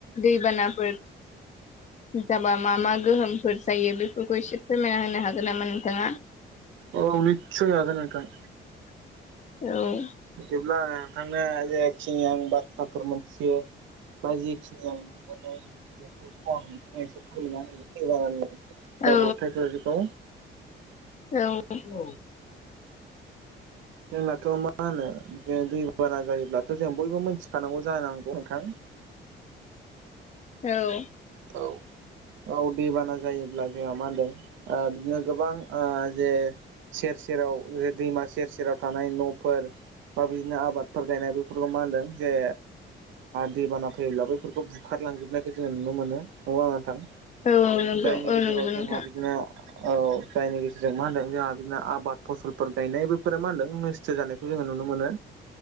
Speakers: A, on the left; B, on the right.
A: दैबानाफोर जाबा मा मा गोहोमफोर जायो बेफोरखौ एसे फोरमायना होनो हागोन नामा नोंथाङा?
B: औ निसय आगान नोंथां।
A: औ
B: बिदिब्ला नोंथां जेखिनि आं बाथ्राफोर मिथियो बा जेखिनि आं नुबाय फोरखौ आं नोंथांमोन एसे फोरमायनाा होग्रोनि दैबानानि जाब्रबथायफोरखौ
A: औ औ
B: जोंनाथ' मा होनो जे दै बाना जायोब्लाथ' जों बयबो मिथिखानांगौ जानांगौ नोंथां
A: औ
B: औ औ दैबाना जायोब्ला जों मा होनदों बिदिनो गोबां जे सेर सेराव दैमा सेर सेराव थानाय न'फोर बा बिदिनो आबादफोर गायनाय बेफोरखौ मा होनदों जे दैबाना फैयोब्ला बैफोरखौ बुखारलांजोबनायखौ जोङो नुनो मोनो नंगौना नंङा नोंथां
A: औ नंगौ
B: जायनि
A: औ
B: गेजेराव
A: नंगौ नोंथां
B: जोंहा बिदिनो औ जायनि गेजेरजों मा होनदों जोंहा बिदिनो आबाद फसलफोर गायनाय बफोरा मा होनदों नस्थ' जानायखौ जोङो नुनो मोनो